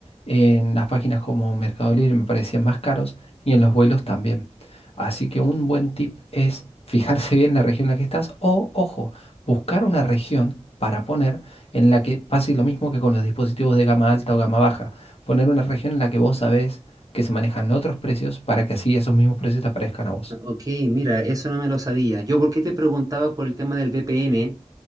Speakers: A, on the left; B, on the right.
A: en las páginas como Mercado Libre me parecían más caros y en los vuelos también. Así que un buen tip es fijarse bien la región en la que estás o, ojo, buscar una región para poner en la que pase lo mismo que con los dispositivos de gama alta o gama baja. Poner una región en la que vos sabés que se manejan otros precios para que así esos mismos precios te aparezcan a vos.
B: Ok, mira, eso no me lo sabía. Yo, ¿por qué te preguntaba por el tema del VPN?